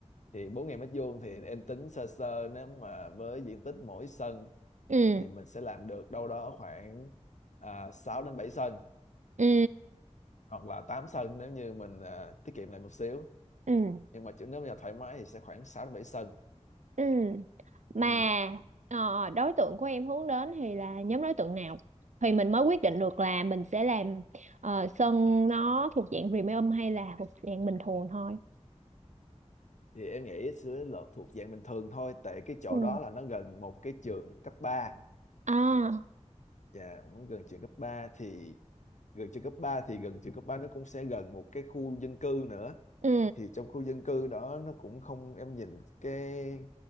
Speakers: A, on the left; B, on the right.
A: thì 4.000 mét vuông thì em tính sơ sơ nếu mà với diện tích mỗi sân
B: ừ
A: thì mình sẽ làm được đâu đó khoảng à, 6 đến 7 sân
B: ừ
A: hoặc là 8 sân nếu như mình à, tiết kiệm lại một xíu
B: ừ
A: nhưng mà chứ nếu mà thoải mái thì sẽ khoảng sáu đến bảy sân
B: ừ mà
A: ừ.
B: ờ, đối tượng của em hướng đến thì là nhóm đối tượng nào thì mình mới quyết định được là mình sẽ làm ờ, sân nó thuộc dạng premium hay là thuộc dạng bình thường thôi
A: thì em nghĩ sẽ là thuộc dạng bình thường thôi tại cái chỗ
B: ừ
A: đó là nó gần một cái trường cấp ba
B: à
A: và nó gần trường cấp 3 thì gần trường cấp ba thì gần trường cấp 3 nó cũng sẽ gần một cái khu dân cư nữa
B: ừ
A: thì trong khu dân cư đó nó cũng không em nhìn cái